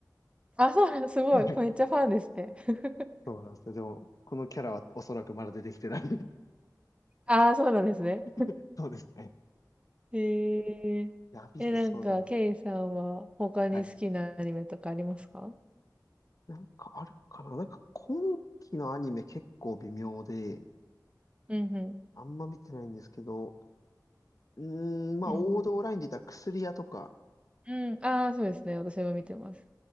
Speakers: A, on the right; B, on the left.
A: あ、そうなん、すごい。
B: <laughs> はい。
A: めっちゃファンですね。<laughs>
B: そうなんですよ。でも、このキャラはおそらくまだ出てきてない。
A: ああ、そうなんですね。
B: <laughs> そうですね。
A: えええ、
B: や、アビス、
A: なんか、
B: そうだね。
A: ケイさんは他に好きなアニメとかありますか
B: はい。なんかあるかななんか今期のアニメ結構微妙で、
A: うんうん。
B: あんま見てないんですけど、うーん、まあ王道ラインで言ったら薬屋とか、
A: うんうん。うん。ああ、そうですね。私も見てます。